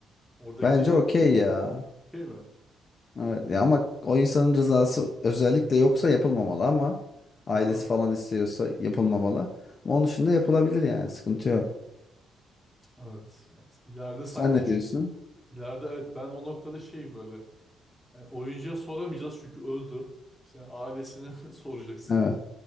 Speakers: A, in the centre; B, on the left (about 40°).
A: Oradaki
B: Bence okey ya.
A: şey mi?
B: Evet ya ama o insanın rızası özellikle yoksa yapılmamalı ama ailesi
A: Aha,
B: falan istiyorsa yapılmamalı. Ama onun dışında yapılabilir yani sıkıntı yok.
A: evet. Yani ileride sanki
B: Sen ne
A: ç-
B: diyorsun?
A: ileride evet ben o noktada şeyim böyle. Yani oyuncuya soramayacağız çünkü öldü. İşte yani ailesine <laughs> soracaksın.
B: Evet.